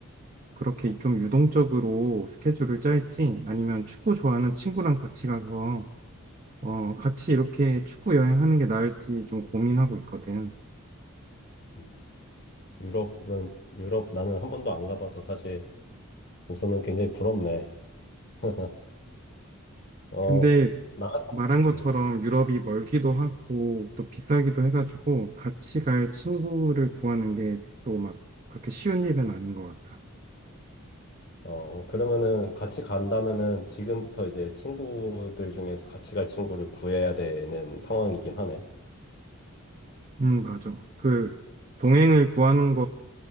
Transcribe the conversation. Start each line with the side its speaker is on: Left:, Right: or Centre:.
Right: 그렇게 좀 유동적으로 스케줄을 짤지, 아니면 축구 좋아하는 친구랑 같이 가서 어, 같이 이렇게 축구 여행하는 게 나을지 좀 고민하고 있거든.
Left: 음. 유럽은, 유럽 나는 한 번도 안 가봐서 사실 우선은 굉장히 부럽네. <laughs> 어,
Right: 근데
Left: 나,
Right: 말한 것처럼
Left: 음,
Right: 유럽이 멀기도 하고 또 비싸기도 해가지고 같이 갈 친구를 구하는 게 또 막 그렇게 쉬운 일은 아닌 것 같아.
Left: 어, 그러면은 같이 간다면은 지금부터 이제 친구들 중에서 같이 갈 친구를 구해야 되는 상황이긴 하네.
Right: 음, 맞아. 그 동행을 구하는